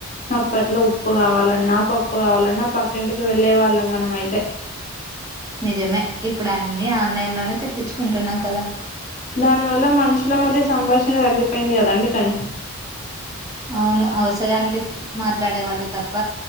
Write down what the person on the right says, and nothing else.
నిజమే ఇప్పుడు అన్ని ఆన్లైన్ లోనే తెప్పించుకుంటున్నాం కదా
అవును అవసరానికి మాట్లాడే వాళ్ళు తప్ప